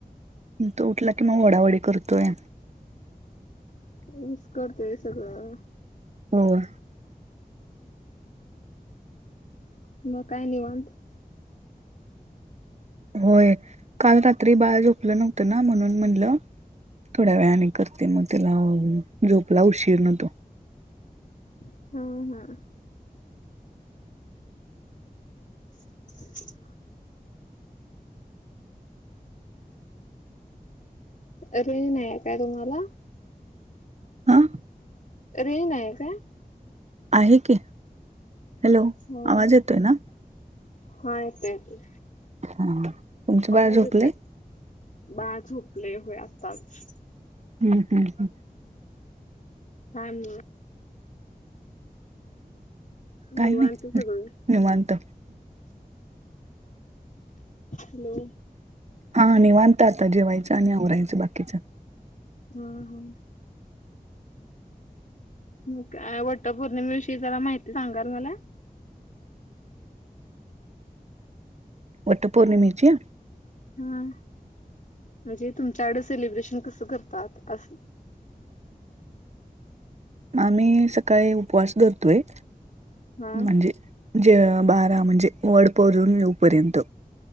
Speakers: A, on the right; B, on the left.
A: तो उठला की मग ओढाओढी करतोय.
B: त्यांनीच करतेय सगळं
A: होय.
B: मग काय निवांत
A: होय काल रात्री बाळ झोपलं नव्हतं ना म्हणून म्हणलं थोड्या वेळाने करते मग त्याला झोपला उशीरन तो
B: हम्म हम्म <inaudible> अरे नाही काय तुम्हाला
A: हा
B: अरे नाही काय
A: आहे की हॅलो
B: हो
A: आवाज येतोय ना
B: हा येतोय येतोय
A: हा तुमचं
B: आवाज
A: बाळ झोपलंय
B: येते बाळ झोपले होय आताच
A: हम् हम् हम्.
B: हम.
A: काही
B: निवांत
A: नाही
B: सगळ.
A: निवांत
B: हॅलो.
A: हा निवांत आणि आवरायचं बाकीच.
B: हा हा. मग काय वट पौर्णिमेविषयी जरा माहिती सांगाल माला
A: वट पौर्णिमेची.
B: हा म्हणजे तुमच्याकडे सेलिब्रेशन कसं करतात अस.
A: आम्ही सकाळी उपवास धरतोय.
B: हा
A: म्हणजे जे बारा म्हणजे वड पुजून येऊपर्यंत